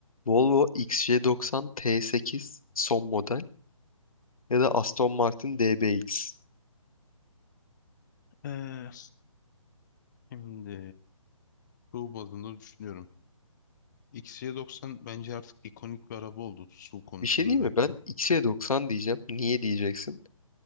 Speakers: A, on the left (about 80°); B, on the left (about 35°).
A: Volvo XC90 T8 son model ya da Aston Martin DBX.
B: ben. Ee, şimdi su bazında düşünüyorum. XC90 bence artık ikonik bir araba oldu su konusunda
A: Bir şey değil
B: özellikle.
A: mi? Ben XC90 diyeceğim. Niye diyeceksin?